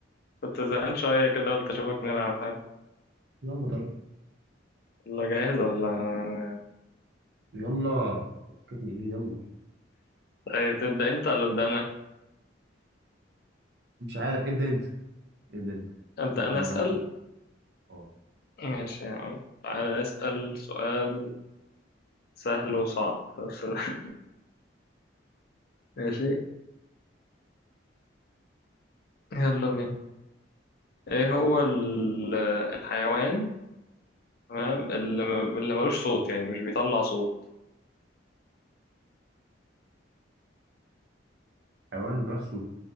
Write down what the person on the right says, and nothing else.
يلا طيب
يلا فكتني ايه يلا
مش عارف ابدا انت ابدا انت
شوف
نظامك
اه
حيوان ما بتعرفش صوت